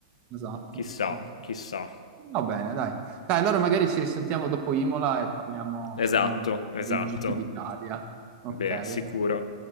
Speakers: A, on the right (about 35°); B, on the left (about 75°).
A: esatto,
B: Chissà,
A: esatto.
B: chissà.
A: Va bene, dai. Dai, allora magari ci risentiamo dopo Imola e parliamo,
B: Esatto,
A: parliamo del,
B: esatto.
A: del GP d'Italia. Ok.
B: Beh, sicuro.